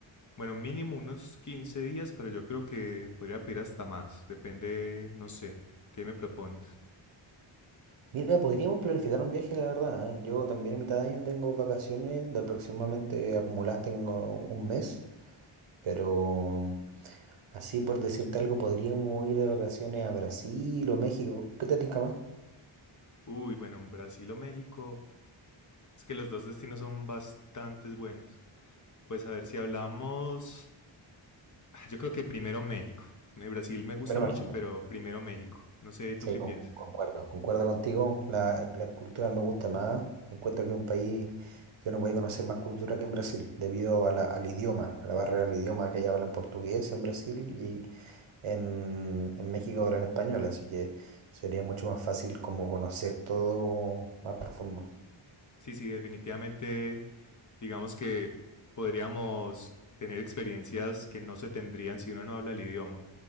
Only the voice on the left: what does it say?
Bueno, mínimo unos 15 días, pero yo creo que podría pedir hasta más. Depende, no sé, ¿qué me propones?
Uy, bueno, en Brasil o México. Es que los dos destinos son bastante buenos. Pues a ver si hablamos. Ah, Yo creo que primero México. Eh, Brasil me gusta
mucho,
pero primero México. No sé,
¿tú qué
piensas?
Sí, sí, definitivamente, digamos que podríamos tener experiencias que no se tendrían si uno no habla el idioma.